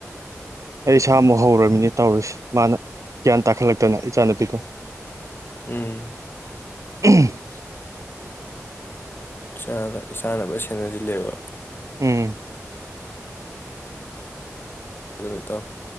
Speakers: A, on the right; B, on the left.
A: ꯏꯁꯥꯃꯨꯛ ꯍꯧꯔꯃꯤꯅꯦ ꯇꯧꯔꯤꯁꯤ ꯃꯥꯅ ꯒ꯭ꯌꯥꯟ ꯇꯥꯈꯠꯂꯛꯇꯅ ꯏꯆꯥꯅꯨꯄꯤꯗꯣ
B: ꯎꯝ
A: <unintelligible>
B: ꯏꯁꯥꯅ ꯏꯥꯅ ꯂꯣꯏ ꯁꯦꯟꯅꯁꯤꯜꯂꯦꯕ
A: ꯎꯝ
B: ꯅꯨꯃꯤꯠꯇꯣ